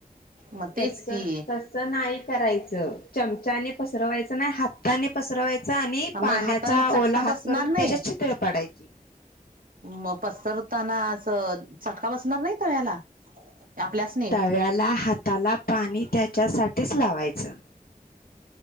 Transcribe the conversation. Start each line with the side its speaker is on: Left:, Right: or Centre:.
Right: मग तेच
Left: तस
Right: की
Left: तस नाही करायचं चमचाने पसरवायचं नाही हाताने पसरवायचा आणि पाण्याचा
Right: मग हाताला चटका
Left: ओला हात
Right: बसणार
Left: करून
Right: नाही
Left: त्याच्यात छिद्रे पाडायची.
Right: मग पसरताना असं चटका बसणार नाही तव्याला? आपल्या?
Left: तव्याला हाताला पाणी त्याच्यासाठीच लावायचं.